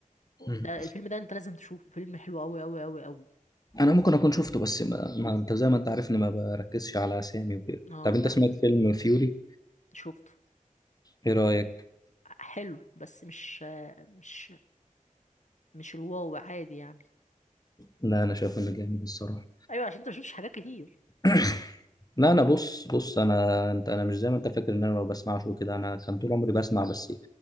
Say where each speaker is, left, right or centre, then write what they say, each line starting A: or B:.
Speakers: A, on the left; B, on the left.
A: مم.
B: ده الفيلم ده انت لازم تشوفه فيلم حلو أوي أوي أوي أوي
A: انا ممكن اكون شفته بس ما, ما انت زي ما انت عارف اني ما بركزش على اسامي وكده
B: اه
A: طب انت
B: ك-
A: سمعت فيلم فيوري
B: شفته
A: ايه رأيك
B: حلو بس مش آه، مش مش الواو عادي يعني
A: لا انا شايف انه جامد الصراحه
B: ايوه عشان انت مشفتش حاجات كتير
A: <clears throat> لا انا بص بص انا انت انا مش زي ما انت فاكر ان انا ما بسمعش وكده انا كان طول عمري بسمع بس